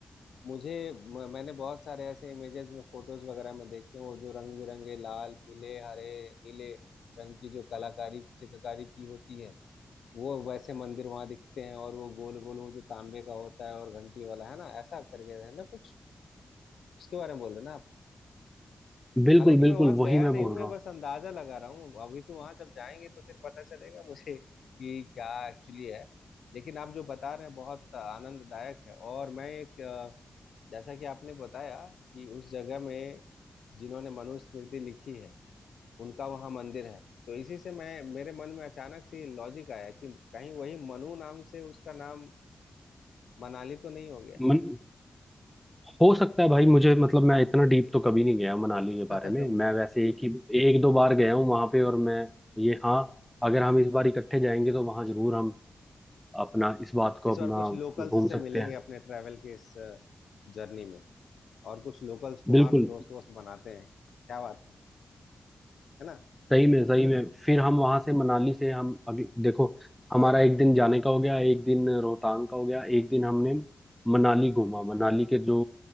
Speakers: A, on the left (about 85°); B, in the centre.
A: मुझे म- मैंने बहुत सारे ऐसे इमेजेस में फोटोज वगैरह में देखे हैं, वो जो रंग बिरंगे लाल पीले हरे नीले रंग की जो कलाकारी चित्रकारी की होती है वो वैसे मंदिर वहां दिखते हैं और वो गोल गोल वो जो तांबे का होता है और घंटी वाला है ना ऐसा करके है ना कुछ उसके बारे में बोल रहे ना आप
B: बिल्कुल
A: हालांकि
B: बिल्कुल
A: मैं वहां गया
B: वही मैं
A: नहीं
B: बोल
A: हूँ मैं
B: रहा हूँ
A: बस अंदाजा लगा रहा हूँ अभी तो वहां जब जाएंगे तो फिर पता चलेगा मुझे कि क्या एक्चुअली है लेकिन आप जो बता रहे हैं बहुत आनंददायक है और मैं एक जैसा कि आपने बताया कि उस जगह में जिन्होंने मनुस्मृति लिखी है उनका वहां मंदिर है तो इसी से मैं मेरे मन में अचानक से ये लॉजिक आया कि कहीं वही मनु नाम से उसका नाम मनाली तो नहीं हो गया
B: मन, हो सकता है भाई मुझे मतलब मैं इतना डीप तो कभी नहीं गया मनाली के
A: <laughs>
B: बारे में मैं वैसे एक ही एक दो बार गया हूँ वहां पे और मैं ये हाँ अगर हम इस बार इकट्ठे जाएंगे तो वहां जरूर हम अपना इस बात को
A: इस
B: अपना
A: बार कुछ लोकल्स
B: घूम
A: से
B: सकते
A: मिलेंगे
B: हैं
A: अपने ट्रैवल के इस जर्नी में और कुछ लोकल्स को
B: बिल्कुल
A: वहां पे दोस्त वोस्त बनाते हैं क्या बात है है ना
B: सही में सही में फिर हम वहां से मनाली से हम अभी देखो हमारा एक दिन जाने का हो गया एक दिन रोहतांग का हो गया एक दिन हमने मनाली घूमा मनाली के जो